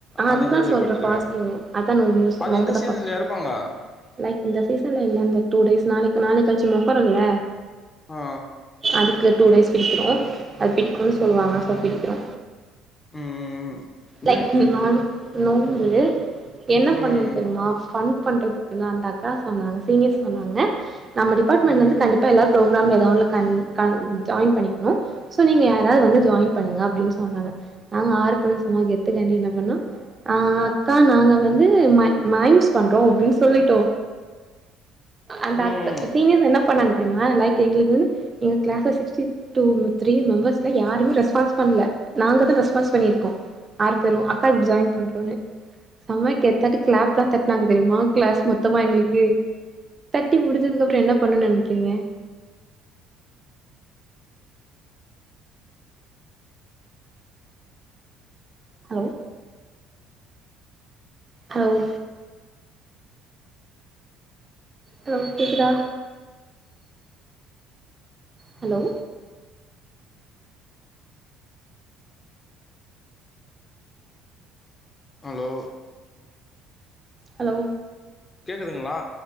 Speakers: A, on the right (about 30°); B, on the left (about 30°).
A: அதுதா
B: அது கேள்விப்பட்டட்டுருக்கே
A: சொல்ற ஃபாஸ்டிங்கு அதா நோம்பு
B: அது
A: நோம்புதா
B: இந்த சீசன்லியா
A: ஃபாஸ்டிங்
B: இர் ருப்பாங்க
A: லைக் இந்த சீசன்ல எல்லாமே டூ டேஸ் நாளைக் நாளைக் கழிச்சு மொஹரோல்ல
B: ஆ
A: அதுக்கு டூ டேஸ் பிடிக்கிறோ அது பிடிக்குணூ சொல்லுவாங்க ஸோ பிடிக்கிறோ
B: ம்
A: லைக்
B: ம்
A: நானு நோம்பு என்ன பண்ணு
B: ம்
A: தெரியுமா ஃபன் பண்றதுக்குனு அந்த அக்கா சொன்னாங்க சீனியர் சொன்னாங்க நம்ம டிபார்ட்மெண்ட்லந்து
B: ம்
A: கண்டிப்பா எல்லார் பரோக்ராம் எதா ஒன்னுல கண் கண் ஜாயின் பண்ணிக்குணு து நீங்க யாராவ்து வந்து ஜாயின் பண்ணுங்க அப்டின் சொன்னாங்க நாங்க ஆறு பேரு சும்மா கெத்துக்காண்டி என்ன பண்ணோ ஆ அக்கா நாங்க வந்து மை மைம்ஸ் பண்றோ அப்டின் சொல்லிட்டோ அந்த
B: ம்
A: அக் சீனியர்ஸ் என்ன பண்ணாங்க தெரிமா லைக் எங்களுக்கு வந்து எங்க கிளாஸ்ல சிக்டி டூ த்ரீ மெம்பர்ஸ்ல யாருமே ரெஸ்பான்ஸ் பண் ல்ல நாங்க தா ரெஸ்பான்ஸ் பண்ணிருக்கோ ஆறு பேரு அக்கா இப் ஜாயின் பண்றோனு சம கெத்தாட்டு கிளாப்லா தட்னாங்க தெரிமா கிளாஸ் மொத்தமா எங்குளுக்கு தட்டி முடிஞ்சதுக்கப்றோ என்ன பண்ணோ நெனைக்கிறீங்க ஹலோ ஹல் ஹலோ கேக்குதா ஹலோ
B: அலோ
A: ஹலோ
B: கேக்குதுங்களா